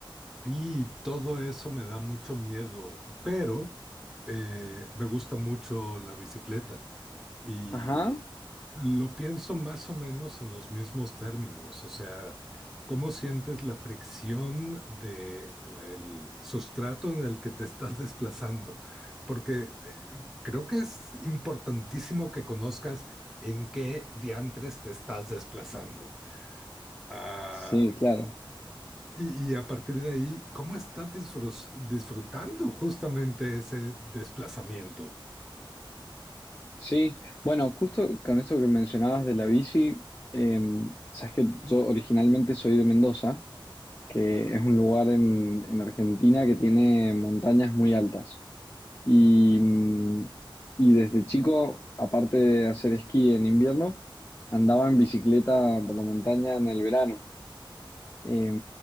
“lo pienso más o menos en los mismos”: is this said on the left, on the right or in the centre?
Centre